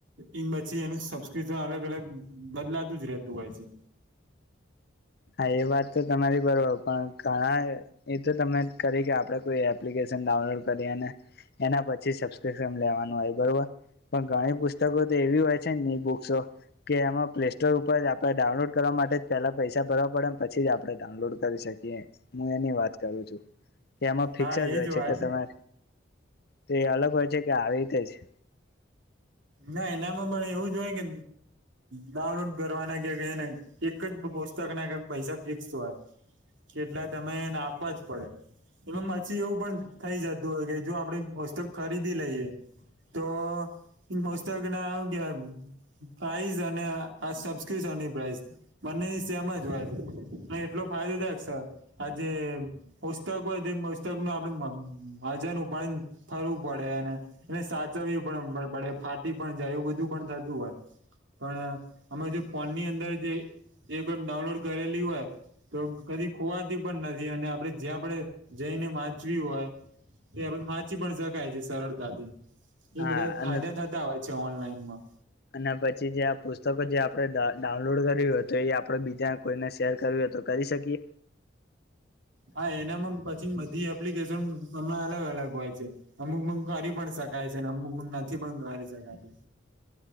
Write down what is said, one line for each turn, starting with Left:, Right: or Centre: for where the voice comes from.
Right: એ પછી એનું સબસ્ક્રિપ્શન અલગ અલગ બદલાતું જ રહેતું હોય છે.
Left: હા એ વાત તો તમારી બરોબર પણ ઘણાય. એ તો તમે કરી કે આપડે કોઈ એપ્લિકેશન ડાઉનલોડ કરી અને. એના પછી સબસ્ક્રિપ્શન લેવાનું હોય બરોબર. પણ ઘણી પુસ્તકો તો એવી હોય છે ઇ બુક્સો. કે એમાં પ્લે સ્ટોર ઉપર આપણે ડાઉનલોડ કરવા માટે પેલા પૈસા. ભરવા પડે પછી જ આપણે ડાઉનલોડ કરી શકીએ. કે હું એની વાત કરું છું કે એમાં ફિક્સ
Right: હા
Left: જ
Right: એ
Left: હોય છે
Right: વાત
Left: કે તમે. તે અલગ હોય છે કે આવી રીતે જ.
Right: ના એનામાં પણ એવું જો હોય કે. ડાઉનલોડ કરવાના કે નને એક જ પુસ્તક ના પૈસા ફિક્સ હોય. કેટલા તમેને આપવા જ પડે. એ પછી એવું પણ થઈ જતું હોય કે જો આપણેે વસ્તુ ખરીદી લઈએ. તો પુસ્તક ને આવું કેવાય. પ્રાઈઝ અને આ સબસ્ક્રિપ્શન ની પ્રાઇઝ. બંને ની સેમ જ હોય છે પણ એટલો ફાયદોદાયક સર આજે. પુસ્તક હોય તે પુસ્તક નો આપડે મ વજન ઉપાડી. ફરવું પડે અને એને સાચવવી પણ પડે ફાટી પણ જાય એવું બધું પણ થતું હોય. પણ અમણા જો ફોનની અંદર જે પણ ડાઉનલોડ કરેલી હોય. તો કદી ખોવાતી પણ નથી અને આપડે જ્યાં આપણે જઈને વાંચવી હોય. એ આપડે વાંચી પણ શકાય છે સરળતાથી એ
Left: હા
Right: બધા ફાયદા
Left: અને
Right: થતા હોય છે ઓનલાઈનમાં.
Left: અને પછી જે આ પુસ્તકો જે આપડણે ડા ડાઉનલોડ કર્યું હતું એ આપડે બીજા કોઈને શેર કર્યું તો. કરી શકી.
Right: હા એનામાં પછી બધી એપ્લિકેશન એમા અલગ અલગ હોય છે. અમુક મ કરી પણ શકાય છે, ને અમુક મ નથી પણ કરી શકાય છે.